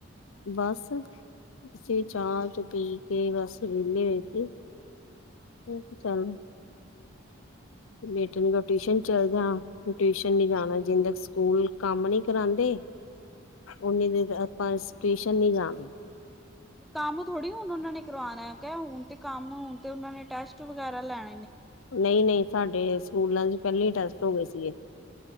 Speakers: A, on the left; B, in the centre.
A: ਬਸ ਅਸੀਂ ਵੀ
B: ਵਧੀਆ
A: ਚਾਹ ਚੂ ਪੀ ਕੇ ਬਸ ਵਿਹਲੇ ਹੋਏ ਸੀ। ਠੀਕ
B: ਹੂੰ-ਹੂੰ
A: ਚੱਲ ਬੇਟੇ
B: ਚਲੋ
A: ਨੂ ਮੈਂ ਟਿਊਸ਼ਨ ਚੱਲ ਜਾ, ਟਿਊਸ਼ਨ ਨੀ ਜਾਣਾ ਜਿਨ ਤਕ ਸਕੂਲ ਕੰਮ ਨੀ ਕਰਾਂਦੇ ਉਨੀੇ ਦੇਰ ਆਪਾਂ ਟਿਊਸ਼ਨ ਨਹੀਂ ਜਾਂਗੇ।
B: ਤੇ ਕੰਮ ਥੋੜ੍ਹੀ ਹੁਣ ਉਹਨਾਂ ਨੇ ਕਰਵਾਣੈ, ਕਹ ਹੁਣ ਤੇ ਕੰਮ ਹੁਣ ਤੇ ਉਹਨਾਂ ਨੇ ਟੈਸਟ ਵਗੈਰਾ ਲੈਣ
A: ਨਹੀਂ ਨਹੀਂ ਸਾਡੇ ਸਕੂਲਾਂ ਚ ਪਹਿਲੇ ਈ ਟੈਸਟ ਹੋ ਗਏ ਸੀਗੇ।